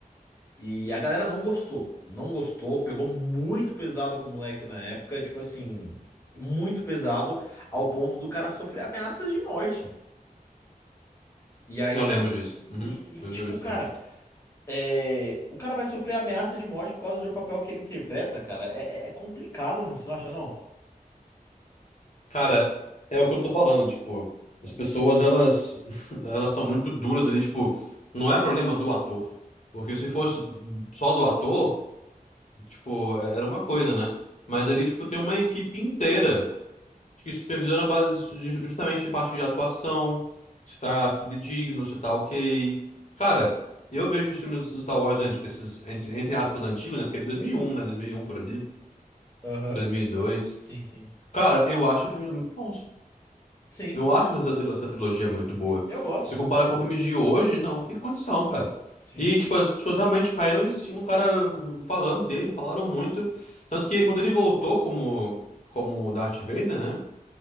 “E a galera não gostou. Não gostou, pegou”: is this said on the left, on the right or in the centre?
Left